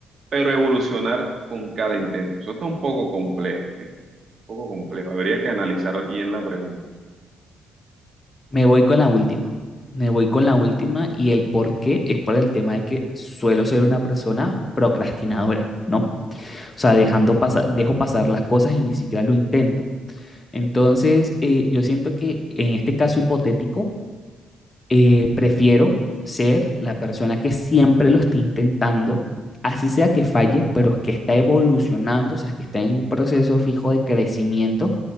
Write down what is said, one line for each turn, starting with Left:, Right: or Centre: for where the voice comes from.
Right: pero evolucionar con cada intento? Eso está un poco complejo, ¿eh? Un poco complejo. Habría que analizar bien la pregunta.
Left: Me voy con la última. Me voy con la última y el por qué es por el tema de que suelo ser una persona procrastinadora, ¿no? O sea, dejando pasar, dejo pasar las cosas y ni siquiera lo intento. Entonces, eh, yo siento que en este caso hipotético, eh, prefiero ser la persona que siempre lo esté intentando, así sea que falle, pero que está evolucionando, o sea, que está en un proceso fijo de crecimiento